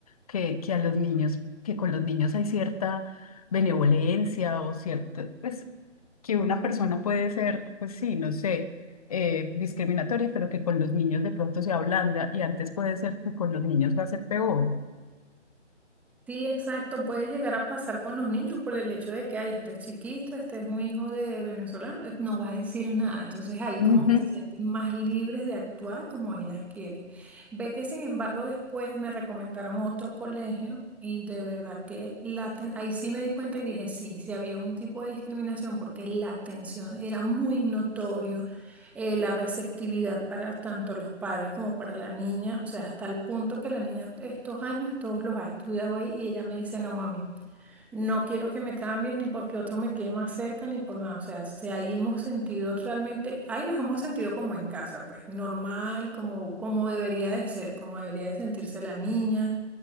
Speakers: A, on the left; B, in the centre.
A: que, que a los niños, que con los niños hay cierta benevolencia o cierta, pues que una persona puede ser, pues sí, no sé. eh, discriminatoria, pero que con los niños de pronto se ablanda y antes puede ser que con los niños va a ser peor.
B: Sí, exacto. Puede llegar a pasar con los niños por el hecho de que, ay, este es chiquito, este es un hijo de venezolano, eh, no va a decir nada. Entonces ahí
A: Ujú,
B: como que se sienten más libres de actuar como ellas quieren. Ve que sin embargo después me recomendaron otro colegio y de verdad que la aten- ahí sí me di cuenta y dije, sí, sí había un tipo de discriminación porque la atención era muy notorio, eh, la receptividad para tanto los padres como para la niña, o sea, hasta el punto que la niña estos años todos los ha estudiado ahí y ella me dice, no mami, no quiero que me cambies ni porque otro me quede más cerca ni por nada, o sea, se ahí hemos sentido realmente, ahí nos hemos sentido como en casa, pues normal, como, como debería de ser, como debería de sentirse la niña,